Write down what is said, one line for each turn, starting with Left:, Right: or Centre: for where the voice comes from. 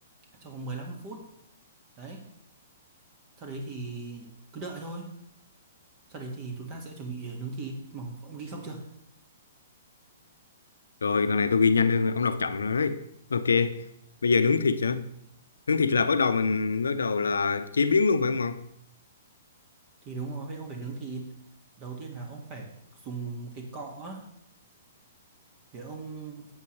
Right: trong vòng mười lăm phút đấy sau đấy thì cứ đợi thôi sau đấy thì chúng ta sẽ chuẩn bị nướng thịt mà ông ghi xong chưa
Left: Rồi lần này tôi ghi nhanh hơn, ông đọc chậm rồi đấy. Ok. Bây giờ nướng thịt hả? Nướng thịt là bắt đầu mình bắt đầu là chế biến luôn phải không ông?
Right: thì đúng rồi vậy ông phải nướng thịt đầu tiên là ông phải dùng một cái cọ á, để ông